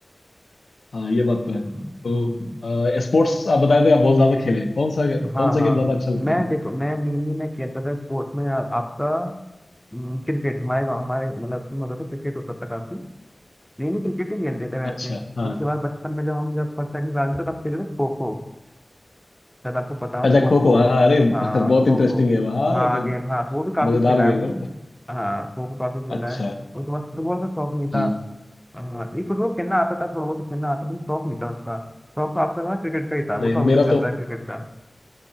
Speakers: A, on the left (about 80°); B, in the centre.
A: हाँ ये बात
B: हम्म
A: तो है तो
B: हम्म
A: स्पोर्ट्स आप बताए थे आप बहुत ज्यादा खेले कौन सा कौन
B: हाँ
A: सा
B: हाँ
A: गेम ज्यादा अच्छा लगता
B: मैं
A: था
B: देखो मैं मेनली मैं खेलता था स्पोर्ट्स में आ, आपका हम्म, क्रिकेट हमारे गाँव हमारे मतलब उसमें होता था क्रिकेट होता था काफी मेनली क्रिकेट ही खेलते थे वैसे
A: अच्छा हाँ
B: उसके बाद बचपन में जब हम जब फर्स्ट सेकंड क्लास में थे, तब खेलते थे खो खो शायद आपको पता हो
A: अच्छा
B: खो
A: खो
B: खो
A: खो हाँ अरे <laughs>
B: हाँ
A: बहुत
B: खो
A: इंटरेस्टिंग
B: खो
A: है वहाँ
B: हाँ
A: तो
B: गेम हाँ वो भी काफी
A: मजेदार
B: खेला
A: गेम
B: है हमने
A: है
B: हाँ खो खो काफी खेला
A: अच्छा
B: है उसके बाद फुटबॉल का शौक नहीं था
A: हम्म
B: हाँ ये फुटबॉल खेलना आता था थोड़ा बहुत तो खेलना आता था लेकिन शौक नहीं था उसका शौक तो आपका था क्रिकेट का ही था वो
A: नहीं
B: तो अभी
A: मेरा
B: तक चल
A: तो
B: रहा है क्रिकेट का